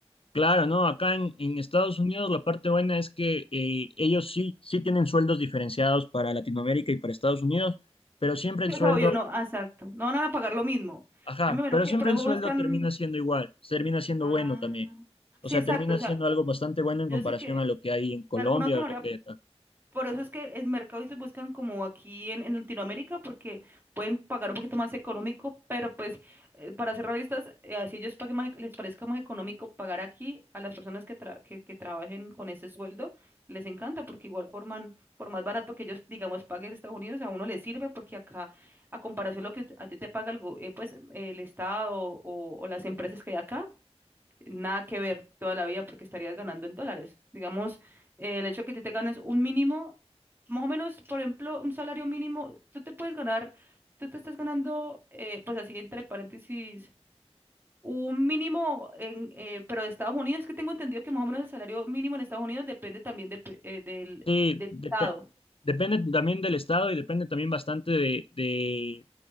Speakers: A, on the left; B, on the right.
A: Claro, ¿no? Acá en, en Estados Unidos la parte buena es que eh, ellos sí, sí tienen sueldos diferenciados para Latinoamérica y para Estados Unidos, pero siempre el
B: Sí,
A: sueldo,
B: O sea, yo no, ah, exacto, no van a pagar lo mismo.
A: ajá,
B: Yo me imagino
A: pero
B: que
A: siempre
B: por eso
A: el sueldo
B: buscan...
A: termina siendo igual, termina siendo
B: Ah,
A: bueno también.
B: sí,
A: O sea,
B: exacto,
A: termina
B: o sea,
A: siendo algo bastante bueno en
B: yo
A: comparación
B: sé que
A: a lo que hay en Colombia
B: de alguna otra
A: o
B: manera
A: lo que hay acá.
B: Por eso es que el mercado se buscan como aquí en, en Latinoamérica porque pueden pagar un poquito más económico, pero pues eh, para ser realistas, eh, así ellos paguen más, e- les parezca más económico pagar aquí a las personas que, tra- que, que trabajen con ese sueldo, les encanta porque igual forman, por más barato que ellos, digamos, paguen en Estados Unidos, a uno les sirve porque acá, a comparación lo que a ti te paga el, go- eh, pues, el Estado o, o las empresas que hay acá, nada que ver toda la vida porque estarías ganando en dólares. Digamos, eh, el hecho que tú te ganes un mínimo más o menos, por ejemplo, un salario mínimo, tú te puedes ganar, tú te estás ganando, eh, pues así entre paréntesis, un mínimo, en, eh, pero de Estados Unidos, que tengo entendido que más o menos el salario mínimo en Estados Unidos depende también de pe- eh, del,
A: Sí,
B: del
A: depe-
B: estado.
A: depende también del estado y depende también bastante de, de-